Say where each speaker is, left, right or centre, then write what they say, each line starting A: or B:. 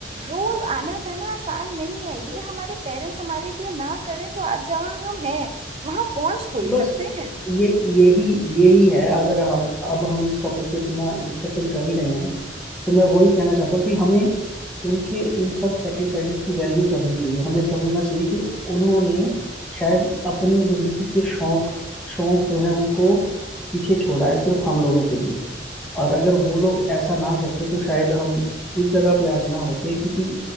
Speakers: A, on the right; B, in the centre.
A: रोज आना जाना आसान नहीं है ये हमारे पेरेंट्स हमारे लिए ना करें तो आज जहाँ हम हैं वहां पहुंच थोड़ी
B: बस
A: सकते हैं
B: ये यही यही है अगर हम अब हम इस टॉपिक पे इतना डिस्कशन कर ही रहे हैं तो मैं वही कहना चाहता हूँ कि हमें उनके इन सब सेक्रीफाइसेस की वैल्यू करनी चाहिए हमें समझना चाहिए कि उन्होंने शायद अपनी जिंदगी के शौक शौक जो है उनको पीछे छोड़ा है सिर्फ हम लोगों के लिए और अगर वो लोग ऐसा ना करते तो शायद हम इस जगह पे आज ना होते क्योंकि